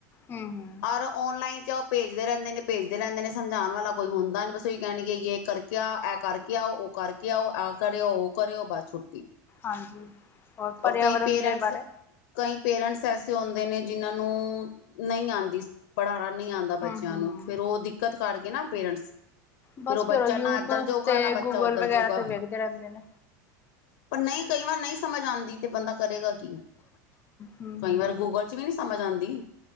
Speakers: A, on the left; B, on the left.
A: ਹਮ ਹਮ
B: ਰ ਔਨਲਾਈਨ ਚ ਉਹ ਭੇਜਦੇ ਰਹਿੰਦੇ ਨੇ ਭੇਜਦੇ ਰਹਿੰਦੇ ਨੇ ਜਾਣ ਵਾਲਾ ਕੋਈ ਹੁੰਦਾ ਨੀ ਬਸਹੀ ਕਹਿਣਗੇ ਕਰਕੇ ਆ ਇਹ ਕਰਕੇ ਆਓ ਉਹ ਕਰਕੇ ਆਓ ਆਹ ਕਰ ਆਓ ਉਹ ਕਰ ਕਰਓ ਬਾਅਛੁੱਟੀ
A: ਹਾਂਜੀ ਹੋਰ ਪਰਿਆਵਰਨ
B: ਔਰ ਕਈ ਪੇਰੈਂਟਸ
A: ਦੇ ਬਾਰੇ
B: ਕਈ ਪੇਰੈਂਟਸ ਐਸੇ ਹਉਦੇ ਨੇ ਜਿਹਨਾਂ ਨੂੰ ਨਹੀਂ ਆਉਂਦੀ ਪੜ੍ਹਾਉਣਾ ਨਹੀਂ ਆਉਂਦਾ
A: ਹਮ
B: ਬੱਚਿਆਂ ਨੂੰ
A: ਹਮ
B: ਫੇਰ ਉਹ ਦਿੱਕਤ ਕਰ ਕਰਕੇ ਨਾ ਪੇਰੈਂਟਸ
A: ਬਸ
B: ਫਿਰ ਉਹ ਬੱਚਾ
A: ਯੂਟਿਊਬ
B: ਨਾ ਇੱਧਰ ਜੋਗਾ
A: ਤੇ
B: ਨਾ ਬੱਚਾ
A: ਗੂਗਲ
B: ਉੱਧਰ
A: ਵਗੈਰਾ
B: ਜੋਗਾ
A: ਤੇ ਵੇਖਦੇ ਰਹਿੰਦੇ ਨੇ
B: ਪਰ ਨਹੀਂ ਕਈ ਵਾਰ ਨਹੀਂ ਸਮਝ ਆਂਦੀ ਤੇ ਬੰਦਾ ਕਰੇਗਾ ਕੀ
A: ਹਮ
B: ਕਈ
A: ਹਮ
B: ਵਾਰ ਗੂਗਲ ਚ ਵੀ ਨੀ ਸਮਝ ਆਉਂਦੀ